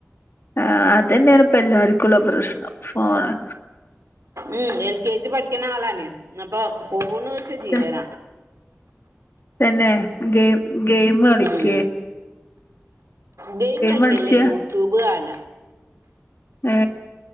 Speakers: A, on the left; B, on the right.
A: ആ അത് തന്നെയാണ് ഇപ്പല്ലാർക്കുള്ള പ്രശ്നം ഫോണ്
B: ഉം എൽ കെ ജി പഠിക്ക്ണ ആളാണ് അപ്പൊ പോണ് വച്ച ജീവന
A: ത- തന്നെ ഗെ ഗെയിം കളിക്ക
B: ഉം ഗെയിം കളിക്കെല്ലയൂട്യൂബ്
A: കളിച്ച
B: കാണ
A: ഏ